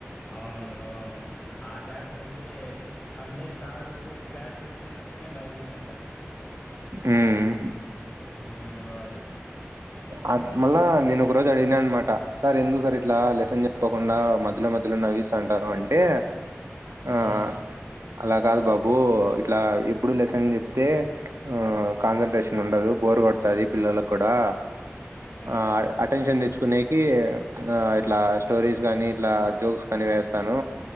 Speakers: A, on the left; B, on the right.
A: అవును బ్రో అవును ఆ క్లాస్ అయితే అంటే సారు క్లాస్ చెప్తూ చెప్తూ నే నవిపి‌స్త
B: మ్...
A: హ్మ్. బ్రో అది.
B: అ మళ్ళ నేను ఒక రోజు అడిగిన అనమాట సార్ ఎందుకు సార్ ఇట్లా లెసన్ చెప్పకుండా మధ్యలో మధ్యలో నవ్విస్తుంటారు అంటే ఆ
A: హ్మ్.
B: అలా కాదు బాబు ఇట్లా ఇప్పుడు లెసన్ చెప్తే హూ కాన్సన్ట్రేషన్ ఉండదు అదే పిల్లలకు కూడా
A: హ్మ్.
B: ఆ అటెన్షన్ తెచ్చు నేకి ఆ ఇట్లా స్టోరీస్ కానీ ఇట్లా జోక్స్ కానీ వేస్తాను